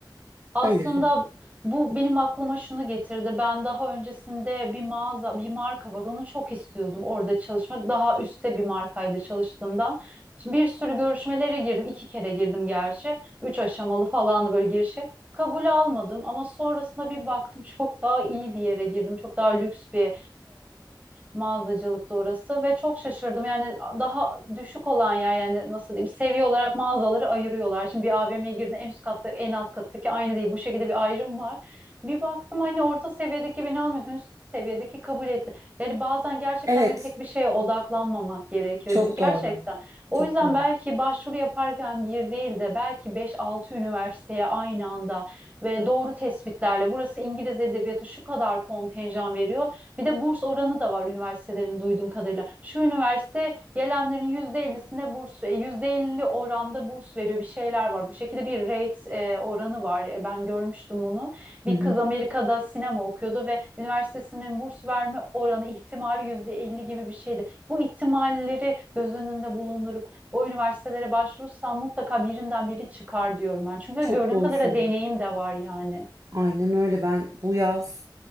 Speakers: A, on the right; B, on the right.
A: Aslında
B: Öyle söyleyeyim.
A: bu benim aklıma şunu getirdi. Ben daha öncesinde bir mağaza, bir marka var. Onu çok istiyordum orada çalışmak. Daha üstte bir markaydı çalıştığımdan. Şimdi bir sürü görüşmelere girdim. İki kere girdim gerçi. Üç aşamalı falandı böyle girişi. Kabul almadım ama sonrasında bir baktım <laughs> çok daha iyi bir yere girdim. Çok daha lüks bir mağazacılıktı orası ve çok şaşırdım. Yani daha düşük olan yer yani nasıl diyeyim seviye olarak mağazaları ayırıyorlar. Şimdi bir AVM'ye girdiğinde en üst katta en alt kattaki aynı değil. Bu şekilde bir ayrım var. Bir baktım hani orta seviyedeki beni almıyor. Üst seviyedeki kabul etti. Yani bazen gerçekten
B: Evet,
A: böyle tek bir şeye odaklanmamak gerekiyor.
B: çok
A: C- Gerçekten.
B: doğru.
A: O
B: Çok
A: yüzden
B: doğru.
A: belki başvuru yaparken bir değil de belki beş altı üniversiteye aynı anda ve doğru tespitlerle burası İngiliz edebiyatı şu kadar kontenjan veriyor. Bir de burs oranı da var üniversitelerin duyduğum kadarıyla. Şu üniversite gelenlerin yüzde elli'sine burs, e, %50 oranda burs veriyor bir şeyler var. Bu şekilde bir rate e, oranı var. E, Ben görmüştüm bunu. Bir
B: Hı hı.
A: kız Amerika'da sinema okuyordu ve üniversitesinin burs verme oranı ihtimali %50 gibi bir şeydi. Bu ihtimalleri göz önünde bulundurup o üniversitelere başvurursam mutlaka birinden biri çıkar diyorum ben. Çünkü
B: Çok
A: gördüğüm
B: doğru
A: kadarıyla
B: söylüyorsun.
A: deneyim de var yani.
B: Aynen öyle. Ben bu yaz